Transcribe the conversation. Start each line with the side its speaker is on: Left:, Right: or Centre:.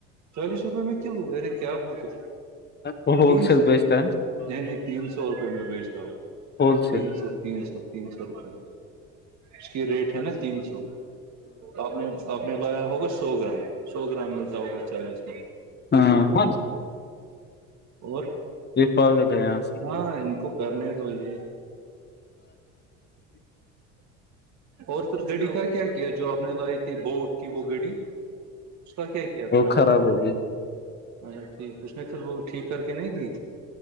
Right: چالیس روپئے میں کلو ارے کیا کے
Left: وہ ہول
Right: تین
Left: سیل
Right: سو
Left: بیچتا ہے
Right: یعنی تین سو روپے میں بیچتا ہوں
Left: ہول سیل
Right: تین سو تین سو تین سو روپے اس کی ریٹ ہے نا تین سو تو آپ نے آپ نے لایا ہوگا سو گرام سو گرام میں ہوگا چالیس
Left: ہاں
Right: اور
Left: یہ پاگل ہے یہاں سے
Right: ہاں ان کو کرنے تو یہ اور گڑی کا کیا کیا جو آپ نے لائی تھی بوٹ کی وہ گڑی اس کا کیا کیا
Left: وہ
Right: پھر
Left: خراب
Right: آپ نے
Left: ہو گئی
Right: اچھا ٹھیک اس نے پھر وہ ٹھیک کر کے نہیں دی